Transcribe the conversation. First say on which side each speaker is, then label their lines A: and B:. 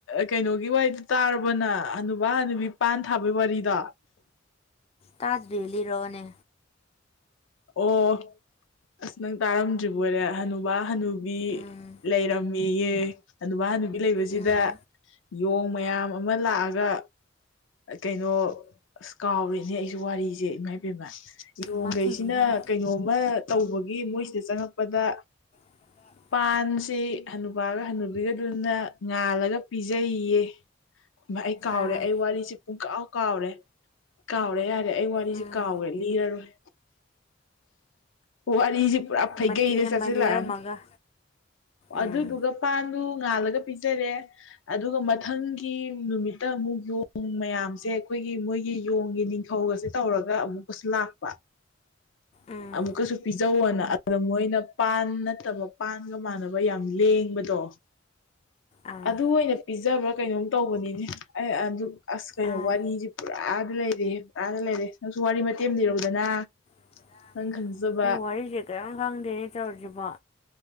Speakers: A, on the left; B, on the left.
A: ꯀꯩꯅꯣꯒꯤ ꯋꯥꯔꯤꯗꯣ ꯇꯥꯔꯕꯣꯅꯪ ꯍꯅꯨꯕꯥ ꯍꯅꯨꯕꯤ ꯄꯥꯟ ꯊꯥꯕꯩ ꯋꯥꯔꯤꯗꯣ
B: ꯇꯥꯗ꯭ꯔꯤ ꯂꯤꯔꯣꯅꯦ
A: ꯑꯣ ꯑꯁ ꯅꯪ ꯇꯥꯔꯝꯗ꯭ꯔꯤꯕꯣꯏꯔꯦ ꯍꯅꯨꯕꯥ ꯍꯅꯨꯕꯤ
B: ꯎꯝ
A: ꯂꯩꯔꯝꯃꯦ ꯌꯦ ꯍꯅꯨꯕ ꯍꯅꯨꯕꯤ ꯂꯩꯕꯁꯤꯗ
B: ꯎꯝ
A: ꯌꯣꯡ ꯃꯌꯥꯝ ꯑꯃ ꯂꯥꯛꯑꯒ ꯀꯩꯅꯣ ꯑꯁ ꯀꯥꯎꯔꯦꯅꯦ ꯑꯩꯁꯨ ꯋꯥꯔꯤꯁꯦ ꯏꯃꯥ ꯄꯦꯝꯃ ꯌꯣꯛꯒꯩ
B: ꯃꯥꯊꯤ ꯂꯤꯔꯝꯃꯣ
A: ꯀꯩꯅꯣꯝꯃ ꯇꯧꯕꯒꯤ ꯃꯣꯏꯁꯤꯗ ꯆꯪꯉꯛꯄꯗ
B: <inaudible>
A: ꯄꯥꯟꯁꯤ ꯍꯅꯨꯕ ꯍꯅꯨꯕꯤꯗꯨꯅ ꯉꯥꯜꯂꯒ ꯄꯤꯖꯩꯌꯦ ꯑꯩ ꯀꯥꯎꯔꯦ
B: ꯑꯥ
A: ꯑꯩ ꯋꯥꯔꯤꯁꯦ ꯄꯨꯡ ꯀꯥꯎ ꯀꯥꯎꯔꯦ ꯀꯥꯎꯔꯦ ꯌꯥꯔꯦ ꯑꯩ ꯋꯥꯔꯤꯁꯦ
B: ꯎꯝ
A: ꯀꯥꯎꯔꯦ ꯂꯤꯔꯔꯣꯏ ꯋꯥꯔꯤꯁꯤ ꯄꯨꯔꯥ ꯐꯩꯒꯩꯅ
B: ꯃꯇꯦꯛ ꯑꯃ
A: ꯆꯠꯁꯤꯜꯂꯛꯑꯅꯤ
B: ꯂꯤꯔꯝꯃꯒ ꯎꯝ
A: ꯑꯗꯨꯗꯨꯒ ꯄꯥꯟꯗꯨ ꯉꯥꯜꯂꯒ ꯄꯤꯖꯔꯦ ꯑꯗꯨꯒ ꯃꯊꯪꯒꯤ ꯅꯨꯃꯤꯠꯇ ꯑꯃꯨꯛ ꯌꯣꯡ ꯃꯌꯥꯝꯁꯦ ꯑꯩꯈꯣꯏꯒꯤ ꯃꯣꯏꯒꯤ ꯌꯣꯡꯒꯤ ꯅꯤꯡꯊꯧꯒꯁꯦ ꯇꯧꯔꯒ ꯑꯃꯨꯛꯀꯁꯨ ꯂꯥꯛꯄ
B: ꯎꯝ
A: ꯑꯃꯨꯛꯀꯁꯨ ꯄꯤꯖꯧꯋꯅ ꯑꯗ ꯃꯣꯏꯅ ꯄꯥꯟ ꯅꯠꯇꯕ ꯄꯥꯟꯒ ꯃꯥꯟꯅꯕ ꯌꯥꯝ ꯂꯦꯡꯕꯗꯣ
B: ꯑꯥ
A: ꯑꯗꯨ ꯑꯣꯏꯅ ꯄꯤꯖꯕ꯭ꯔꯥ ꯀꯩꯅꯣꯝ ꯇꯧꯕꯅꯤꯅꯦ ꯑꯩ ꯑꯗꯨ ꯑꯁ ꯀꯩꯅꯣ
B: ꯑꯥ
A: ꯋꯥꯔꯤꯁꯤ ꯄꯨꯔꯥꯗꯤ ꯂꯩꯔꯤ ꯄꯨꯔꯥꯗꯤ ꯂꯩꯔꯦ ꯅꯪꯁꯨ ꯋꯥꯔꯤ ꯃꯇꯦꯝ ꯂꯤꯔꯨꯗꯅ
B: <inaudible>
A: ꯅꯪ ꯈꯪꯖꯕ
B: ꯑꯩ ꯋꯥꯔꯤꯁꯦ ꯀꯔꯤꯝ ꯈꯪꯗꯦꯅꯦ ꯇꯧꯔꯤꯁꯤꯕꯣ